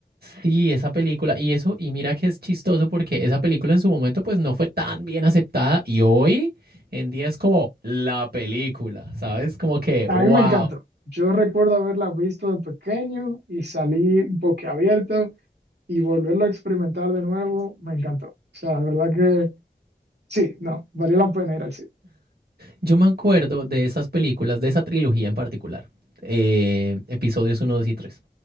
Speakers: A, on the right; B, on the right.
A: Sí, esa película, y eso, y mira que es chistoso porque esa película en su momento pues no fue tan bien aceptada y hoy en día es como la película, ¿sabes? Como que, wow.
B: A mí me encantó. Yo recuerdo haberla visto de pequeño y salí boquiabierto y volverlo a experimentar de nuevo. Me encantó. O sea, de verdad que sí, no, valió la pena ir al cine.
A: Yo me acuerdo de esas películas, de esa trilogía en particular, eh, episodios uno, 2 y 3.